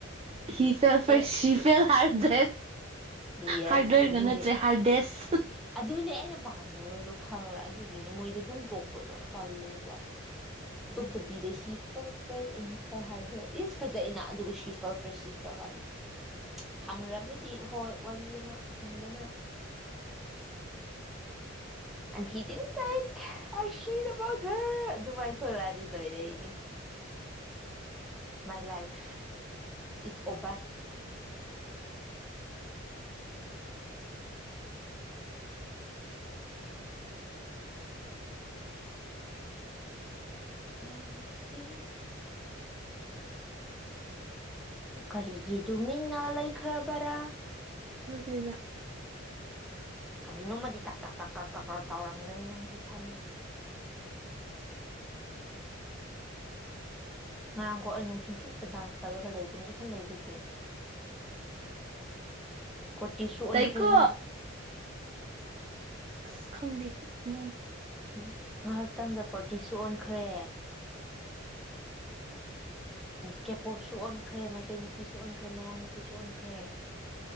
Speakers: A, on the right; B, in the centre.
A: ꯍꯤꯐ ꯐ
B: ꯑꯦ
A: ꯁꯤꯤꯐꯦꯜ ꯍꯥꯔ ꯗ꯭ꯔꯦꯁ
B: ꯌꯦꯁ
A: ꯍꯥꯔꯗꯔꯒ
B: ꯑꯗꯨꯅꯦ
A: ꯅꯠꯇ꯭ꯔꯦ ꯍꯥꯔꯗꯦꯁ
B: ꯑꯗꯨꯅꯦ ꯑꯩꯅ ꯄꯥꯝꯗꯕꯗꯨ ꯈꯪꯉ꯭ꯔꯦ ꯑꯗꯨꯒꯤꯅꯤ ꯃꯣꯏꯗꯣ ꯑꯗꯨꯝ ꯇꯣꯛꯄꯗꯣ ꯇꯜꯂꯦꯕ
A: ꯑꯗꯨꯒꯤ
B: ꯇꯣꯛꯇꯕꯤꯗ
A: ꯑꯩ
B: ꯍꯤ ꯐꯦꯜ ꯐ꯭ꯔꯦ ꯑꯅꯤ ꯐ ꯍꯥꯔꯗꯔ ꯏꯁ ꯐꯖꯅ ꯑꯗꯨꯒ ꯁꯤꯐ ꯐ꯭ꯔꯦ ꯁꯤꯐ ꯍꯥꯔꯗꯔ
A: ꯍꯥꯏꯗꯔꯅꯦ
B: ꯐꯪ꯭ꯔꯕꯨꯗꯤ ꯍꯣꯏ ꯋꯥꯔꯤ ꯑꯃ ꯐꯪꯗꯅ ꯑ ꯍꯗꯤꯤꯟ ꯇꯥꯏ ꯑꯩ ꯁꯤꯗꯐꯥꯎꯊꯔ ꯑꯗꯨꯃꯥꯏꯅ ꯊꯂꯛꯑꯗꯤ ꯂꯣꯏꯔꯦ ꯑꯩꯗꯤ ꯃꯥꯏ ꯂꯥꯏꯐ ꯏꯁ ꯑꯣꯕꯔ ꯍꯥꯏꯁꯤ ꯀꯔꯤꯒꯤꯗꯨ ꯃꯤꯡꯅ ꯂꯩꯈ꯭ꯔꯕꯔꯥ
A: ꯃꯗꯗ
B: ꯀꯔꯤꯅꯣꯝꯃꯗꯤ ꯇꯥꯛ ꯇ ꯇꯥꯛ ꯇꯥꯛ ꯇ ꯇꯧꯔꯝꯒꯅꯤ ꯅꯪꯁꯦ ꯈꯪꯉꯦ ꯉꯔꯥꯡꯒꯣ ꯑꯩ ꯅꯨꯡꯊꯤꯟ ꯆꯨꯞꯄ ꯟꯁ ꯇꯔꯒ ꯂꯩꯕ ꯑꯗꯨꯅ ꯏꯐꯜ ꯂꯩꯕꯒꯤ ꯀꯨꯔꯇꯤ ꯁꯨ ꯑꯣꯟꯈ꯭ꯔꯦ
A: ꯇꯥꯏꯀꯣ
B: ꯉꯥꯏꯍꯥꯛꯇ ꯑ
A: ꯑꯁ ꯈꯪꯗꯦ ꯏ
B: ꯎ ꯉꯥꯏꯍꯥꯛꯇꯪꯗ ꯀꯨꯔꯇꯤꯁꯨ ꯑꯣꯟꯈ꯭ꯔꯦ ꯀꯦꯄꯣꯞꯁꯨ ꯑꯣꯟꯈ꯭ꯔꯦ ꯃꯩꯇꯩ ꯅꯨꯄꯤꯁꯨ ꯑꯣꯟꯈ꯭ꯔꯦ ꯃꯌꯥꯡ ꯅꯨꯄꯤꯁꯨ ꯑꯣꯟꯈ꯭ꯔꯦ